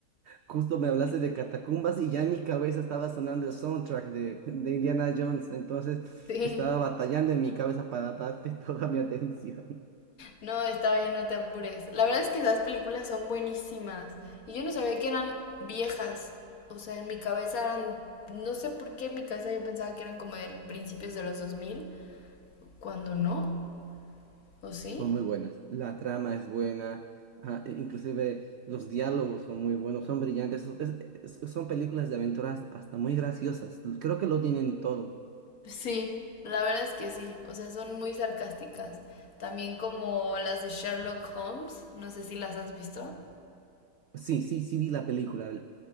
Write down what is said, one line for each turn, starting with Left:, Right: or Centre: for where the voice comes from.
Right: justo me hablaste de catacumbas y ya en mi cabeza estaba sonando el soundtrack de, de Indiana Jones, entonces
Left: Sí.
Right: estaba
Left: <laughs>
Right: batallando en mi cabeza para darte <laughs> toda mi atención.
Left: No, está bien, no te apures. La verdad es que esas películas son buenísimas. Y yo no sabía que eran viejas. O sea, en mi cabeza eran... No sé por qué en mi cabeza yo pensaba que eran como de principios de los 2000 cuando no, ¿o sí?
Right: Son muy buenas, la trama es buena, ah, e- inclusive los diálogos son muy buenos, son brillantes, son es- es- son películas de aventuras hasta muy graciosas, creo que lo tienen todo.
Left: Sí, la verdad es que sí, o sea, son muy sarcásticas. También como las de Sherlock Holmes, no sé si las has visto.
Right: Sí, sí, sí vi la película,